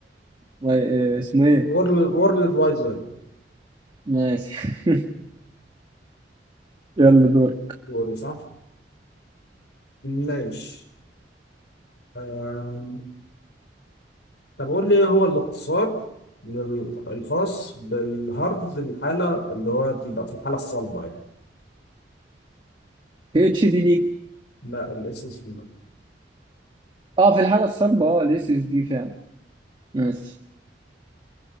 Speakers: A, on the right; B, on the left.
A: ماي آه، اسمه ايه
B: وورلد وورلد وايد
A: ماشي <laughs> يلا دورك
B: ويب صح؟ ماشي آه طب قول لي ايه هو الاختصار لل- الخاص بالهارد الحالة اللي هو بيبقى في الحالة الصلبة يعني
A: اتش دي دي
B: لا الاس اس بي
A: اه في الحاله الصلبه اه الاس اس دي فعلا ماشي